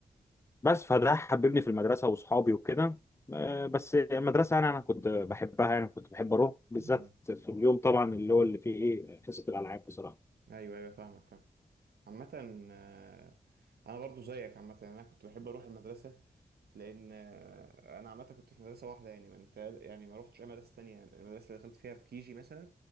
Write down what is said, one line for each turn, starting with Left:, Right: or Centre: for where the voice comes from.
Left: بس فده حببني في المدرسه واصحابي وكده آه، بس المدرسه انا انا كنت بحبها يعني كنت بحب اروح بالذات
Right: مم.
Left: في اليوم طبعا اللي هو اللي فيه ايه حصه الالعاب بصراحه
Right: ايوه ايوه فاهمك فاهم عامة آه، انا برضو زيك عامة انا كنت بحب اروح المدرسة لان آه، انا عامه كنت في مدرسه واحده يعني ما انت يعني ما روحتش اي مدرسه تانية المدرسه اللي دخلت فيها في كيجي مثلا